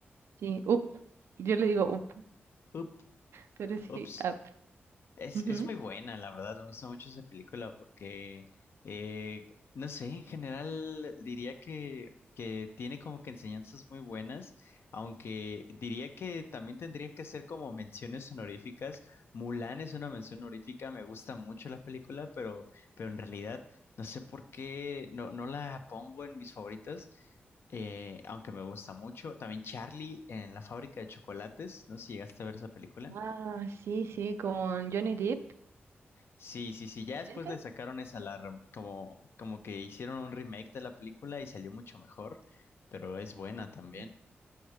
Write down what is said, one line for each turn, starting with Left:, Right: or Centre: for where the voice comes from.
Right: Sí, up. Yo le digo up,
Left: Up.
Right: pero sí,
Left: Ups.
Right: up.
Left: Es,
Right: Ujú.
Left: es muy buena, la verdad, me gusta mucho esa película porque, eh, no sé, en general diría que, que tiene como que enseñanzas muy buenas, aunque diría que también tendría que ser como menciones honoríficas. Mulan es una mención honorífica, me gusta mucho la película, pero, pero en realidad no sé por qué no, no la pongo en mis favoritas, eh, aunque me gusta mucho. También Charlie en la fábrica de chocolates, no sé si llegaste a ver esa película.
Right: Ah, sí, sí, con Johnny Depp.
Left: Sí, sí, sí, ya después
Right: ¿Esa?
Left: le sacaron esa alarma, como, como que hicieron un remake de la película y salió mucho mejor, pero es buena también.
Right: Mm.